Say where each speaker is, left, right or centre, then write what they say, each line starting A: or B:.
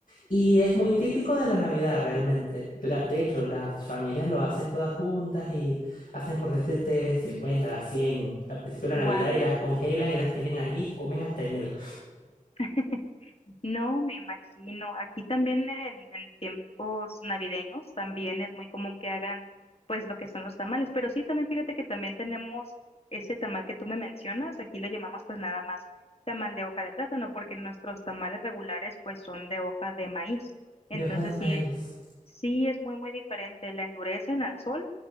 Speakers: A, on the left; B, on the left.
A: Y es muy típico de la Navidad realmente. La- de hecho, las familias lo hacen todas juntas y hacen por decirte 50 100 al principio de la Navidad
B: Guau.
A: y las congelan y las tienen ahí, comen hasta enero.
B: <laughs> No, me imagino. Aquí también en, en tiempos navideños también es muy común que hagan pues lo que son los tamales, pero sí, también fíjate que también tenemos ese tamal que tú me mencionas, aquí lo llamamos pues nada más tamal de hoja de plátano, porque nuestros tamales regulares pues son de hoja de maíz. Entonces
A: De hoja de maíz.
B: sí, Sí, es muy, muy diferente. La endurecen al sol